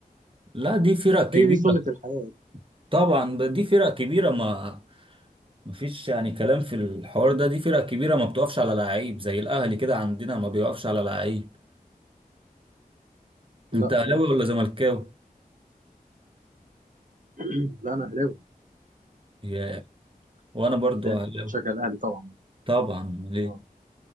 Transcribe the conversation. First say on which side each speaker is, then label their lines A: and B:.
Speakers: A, on the right (about 35°); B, on the right (about 60°).
A: لا دي فرق كبيرة
B: هي دي سنة الحياة
A: طبعا ب- دي فرق كبيرة ما مفيش يعني كلام في الحوار ده دي فرق كبيرة ما بتقفش على لعيب زي الأهلي كده عندنا ما بيقفش على لعيب
B: لا
A: أنت أهلاوي
B: طبعا
A: ولا زملكاوي؟
B: <clears throat> لا انا اهلاوي
A: يا وأنا برضو
B: انت
A: أهلاوي
B: شغال اهلي طبعا
A: طبعا ليه؟
B: اه